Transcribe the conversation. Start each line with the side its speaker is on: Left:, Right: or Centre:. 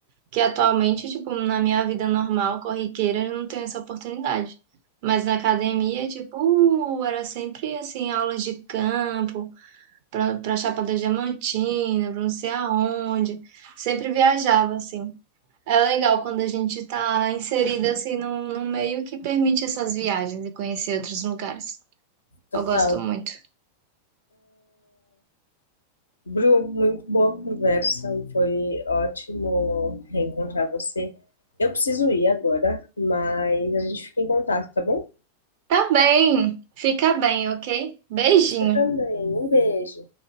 Right: que atualmente, tipo, na minha vida normal, corriqueira, eu não tenho essa oportunidade. Mas na academia, tipo, uh, era sempre assim, aulas de campo, para para Chapada Diamantina, para não sei aonde. Sempre viajava assim. É legal quando a gente está inserida assim num, num meio que permite essas viagens e conhecer outros lugares.
Left: total.
Right: Eu gosto muito.
Left: Bru, muito boa conversa, foi ótimo reencontrar você. Eu preciso ir agora, mas a gente fica em contato, tá bom?
Right: Tá bem, fica bem, ok? Beijinho.
Left: Você também. Um beijo.